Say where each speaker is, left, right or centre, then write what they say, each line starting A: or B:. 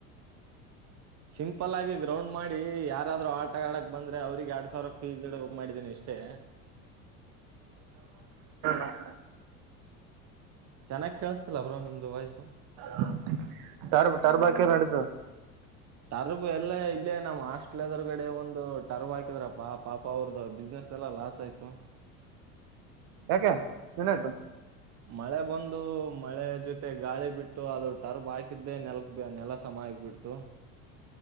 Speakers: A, on the right (about 40°); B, on the right (about 55°).
A: ಸಿಂಪಲ್ ಆಗಿ ಗ್ರೌಂಡ್ ಮಾಡಿ ಯಾರಾದ್ರು ಆಟ ಆಡಕ್ ಬಂದ್ರೆ ಅವ್ರಿಗೆ ಎರಡ್ ಸಾವಿರ ಫೀಸ್ ಇಡ್ಬೇಕ್ ಮಾಡಿದೀನಿ ಇಷ್ಟೇ.
B: ಹಾ
A: ಚೆನ್ನಾಗ್ ಕೇಳಸ್ತಿಲ್ಲ ಬ್ರೋ ನಿಮ್ದು ವಾಯ್ಸು.
B: ರ್ ಟರ್ಬ್ ಟರ್ಬ್ ಹಾಕಿರ್ ನಡಿತದ.
A: ಟರ್ಬ್ ಎಲ್ಲ ಇಲ್ಲೇ ನಮ್ಮ್ ಹಾಸ್ಟೆಲ್ ಎದ್ರುಗಡೆ ಒಂದು ಟರ್ವ್ ಹಾಕಿದ್ರಪ್ಪಾ ಪಾಪ ಅವರ್ದ ಬಿಸ್ನೆಸ್ ಎಲ್ಲಾ ಲಾಸ್ ಆಯ್ತು.
B: ಯಾಕೆ ಏನಾಯ್ತು?
A: ಮಳೆ ಬಂದು ಮಳೆ ಜೊತೆ ಗಾಳಿ ಬಿಟ್ಟು ಅದು ಟರ್ಬ್ ಹಾಕಿದ್ದೆ ನೆಲಕ್ ನೆಲ ಸಮ ಆಗ್ಬಿಡ್ತು.